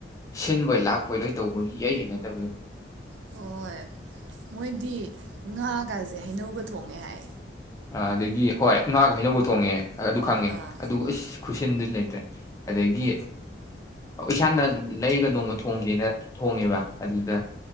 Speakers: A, on the left; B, on the right.
A: ꯁꯤꯟꯕꯣꯏ ꯂꯥꯛꯄꯣꯏ ꯂꯣꯏ ꯇꯧꯕ ꯌꯩ ꯍꯩꯅꯗꯕꯗꯣ
B: ꯍꯣꯏ ꯃꯣꯏꯗꯤ ꯉꯥꯒꯁꯦ ꯍꯩꯅꯧꯒ ꯊꯣꯡꯉꯦ ꯍꯥꯏ
A: ꯑ ꯑꯗꯒꯤ ꯍꯣꯏ ꯉꯥꯒ ꯍꯩꯅꯧꯕ ꯊꯣꯡꯉꯦ ꯑꯗꯨ ꯈꯪꯉꯦ
B: ꯑꯥ
A: ꯑꯗꯨ ꯑꯁ ꯈꯨꯠꯁꯤꯟꯗꯤ ꯂꯩꯇ꯭ꯔꯦ ꯑꯗꯒꯤ ꯏꯁꯥꯅ ꯂꯩꯔꯒ ꯅꯣꯡꯃ ꯊꯣꯡꯁꯤꯅ ꯊꯣꯡꯉꯦꯕ ꯑꯗꯨꯗ